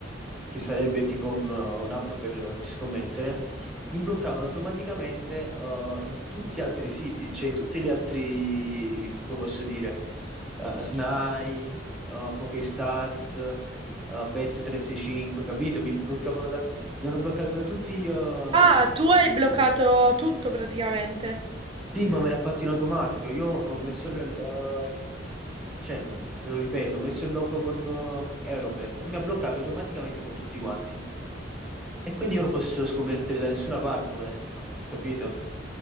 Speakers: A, in the centre; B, on the right.
A: che sarebbe tipo un- un'app per, per scommettere, mi bloccavano automaticamente eh, in tutti gli altri siti, cioè in tutti gli altri, come posso dire, eh, Snai, eh, Pokestars, eh, Bet365, capito? Mi bloccavano da, mi hanno bloccato da tutti eh,
B: ah,
A: i
B: tu
A: centri
B: hai
A: di
B: bloccato
A: scommesse.
B: tutto praticamente.
A: Sì, ma me l'ha fatto in automatico. Io ho messo il, il- cioè, te lo ripeto, ho messo il blocco con eh, Eurobet e mi ha bloccato automaticamente con tutti quanti. E quindi io non posso scommettere da nessuna parte volendo, capito?